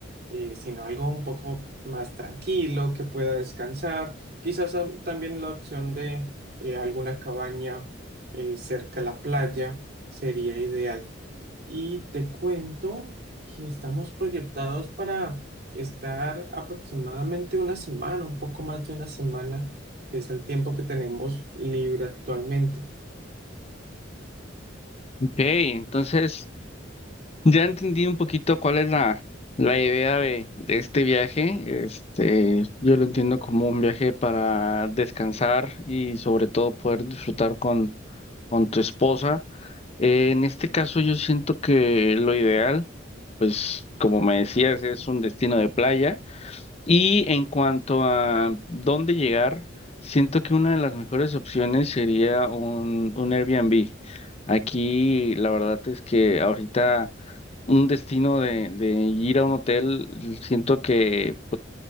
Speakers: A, on the right; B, on the left.
A: eh, sino algo un poco más tranquilo, que pueda descansar. Quizás ah, también la opción de eh, alguna cabaña eh, cerca a la playa sería ideal. Y te cuento que estamos proyectados para estar aproximadamente una semana, un poco más de una semana, que es el tiempo que tenemos libre actualmente.
B: Ok, entonces Ya entendí un poquito cuál es la, la idea de, de este viaje. Este, yo lo entiendo como un viaje para descansar y sobre todo poder disfrutar con, con tu esposa. Eh, en este caso yo siento que lo ideal, pues como me decías, es un destino de playa. Y en cuanto a dónde llegar, siento que una de las mejores opciones sería un, un Airbnb. Aquí la verdad es que ahorita un destino de, de ir a un hotel, siento que